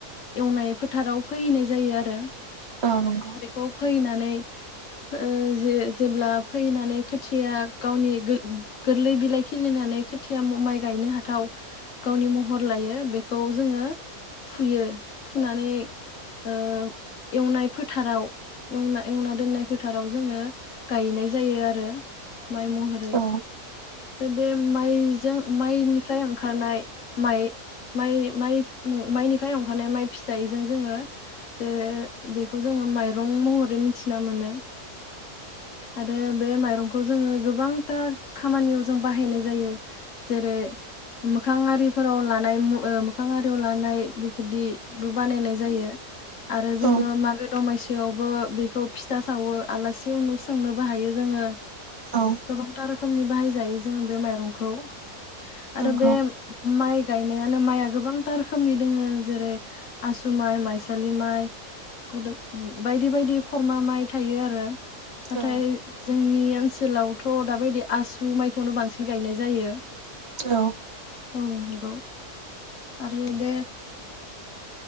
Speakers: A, on the left; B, on the right.
A: एवनाय फोथाराव फोहैनाय जायो आरो
B: औ नंगौ
A: बेखौ फैनानै नै ओ जे-जेब्ला फैनानै खोथिया गावनि गोरलै बिलाइ खिलिनानै खोथिया माइ गायनो हाथाव गावनि महर लायो बेखौ जोङो फुयो फुनानै ओ एवनाय फोथारावना एवना दोननाय फोथाराव जोङो गायनाय जायो आरो माइ महरै
B: औ
A: बे माइ जों माइनिफ्राय ओंखारनाय माइ माइ माइ माइनिफ्राय अं खानाय माइ फिथाइजों जोङो जे बेखौ जोङो माइरं महरै मिथिना मोनो आरो बे माइरंखौ जोङो गोबां थार खामानियाव जों बाहायनाय जायो। जेरै मोखां आरिफोराव लानाय मोखां आरियाव लानाय बिदि बो बानायनाय जायो आरो जोङो
B: औ
A: मागो दमासि फियावबो बेखौ फिथा सावो आलासि उनु सोंनोबो हायो जोङो
B: औ
A: गोबथा रोखोमनि बाहायो जायो जो बे माइरंखौ आरो
B: नंगौ
A: बे माइ गायनायानो माइआ गोबांथा रोखोमनि दोङो जेरै आसु माइ माइसालि माइम बायदि बायदि खरमा माइ थायो आरो नाथाय
B: औ
A: जोंनि बे ओनसोलावथ' दााबायदि आसु माइखौनो बांसिन गायनाय जायो
B: औ
A: औ नंगौ आरो बे